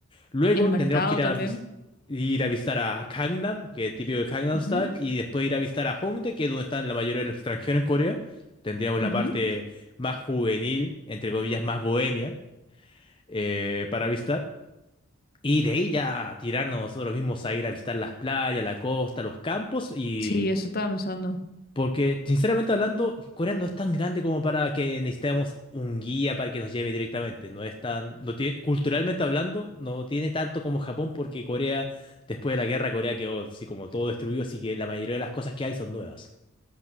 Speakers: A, on the left; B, on the left.
A: Luego
B: El mercado
A: tendríamos que ir
B: también.
A: a, vis- ir a visitar a Gangnam, que es típico de Gangnam
B: Ujú,
A: Style, y después ir a visitar a Hongdae, que es donde están la mayoría de los extranjeros en Corea. Tendríamos
B: ujú.
A: la parte más juvenil, entre comillas, más bohemia, eh, para visitar. Y de ahí ya tirarnos nosotros mismos a ir a visitar las playas, la costa, los campos y
B: Sí, eso estaba pensando.
A: porque, sinceramente hablando, Corea no es tan grande como para que necesitemos un guía para que nos lleve directamente. No es tan, no tiene- culturalmente hablando, no tiene tanto como Japón, porque Corea, después de la guerra, Corea quedó así como todo destruido, así que la mayoría de las cosas que hay son nuevas.